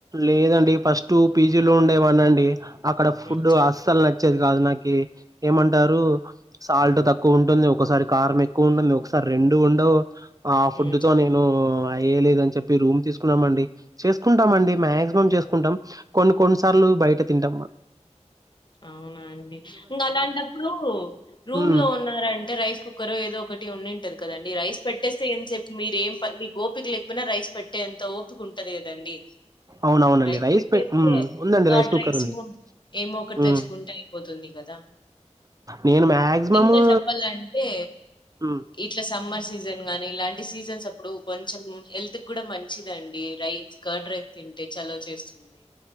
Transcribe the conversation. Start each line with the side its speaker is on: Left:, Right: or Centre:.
Right: లేదండి ఫస్ట్ పీజీ లో ఉండేవాన్నండి అక్కడ ఫుడ్
Left: హ్మ్
Right: అస్సల్ నచ్చేది కాదు నాకి ఏమంటారు సాల్ట్ తక్కువ ఉంటుంది ఒకసారి కారం ఎక్కువ ఉంటుంది ఒకసారి రెండు ఉండవ్ ఆ ఫుడ్డు
Left: హ్మ్
Right: తో నేను అయ్యే లేదని చెప్పి రూమ్ తీసుకున్నామండి చేసుకుంటామండి మాక్సిమం చేసుకుంటాం కొన్ని కొన్నిసార్లు బయట తింటాంమా
Left: అవునా అండి ఇంగ అలాంటప్పుడు రూమ్
Right: మ్మ్
Left: లో ఉన్నారంటే రైస్ కుక్కరో ఏదో ఒక ఒకటి ఉన్నింటది కదండి రైస్ పెట్టేస్తే ఏంత్ సేపు మీరు ఏం పని మీకు ఓ పిక లేకపోయినా రైస్ పెట్టే అంత ఓపిక ఉంటది కదండి
Right: అవునవునండి
Left: రైస్ పెట్టేస్తే
Right: పె మ్మ్ ఉందండి
Left: కర్డ్
Right: రైస్ కుక్కర్
Left: రైసో
Right: ఉంది
Left: ఏమొ ఒకటి
Right: మ్మ్
Left: తెచ్చుకుంటే అయిపోతుంది కదా
Right: నేను మాక్సిమము
Left: ఇంకా చెప్పాలంటే
Right: మ్మ్
Left: ఇట్లా సమ్మర్ సీజ్ జన్ గానీ ఇలాంటి సీజన్స్ అప్పుడు కొంచెం హెల్త్ కూడా మం మంచిదండి రైస్ కర్డ్ రైస్ తింటే చలవ చేస్తుంది